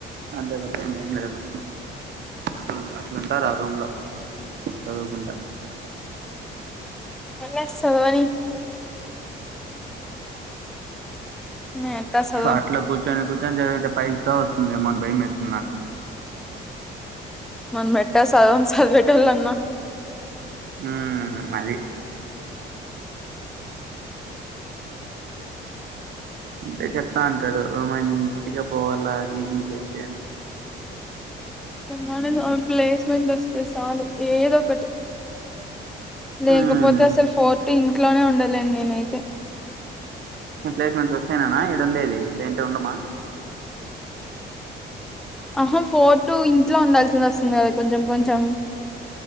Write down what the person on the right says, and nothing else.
అంతే తప్ప ఇంగా ఎం లేదు. అసలు అట్లుంటారు ఆ రూమ్ లో చదువుకుంటా.
అట్లా కూర్చొని కూర్చొని చదివితే పైల్స్ రావు ఏమోని భయం వేస్తుంది నాకు.
హ్మ్ హ్ అది ఉంటే చెప్తా అంటాడు మంచిగా పోవాలా అదిదిది అది అని
ఉమ్
ఎం ప్లేస్మెంట్స్ వస్తేనేనా ఈడ ఉండేది లేదంటే ఉండమా.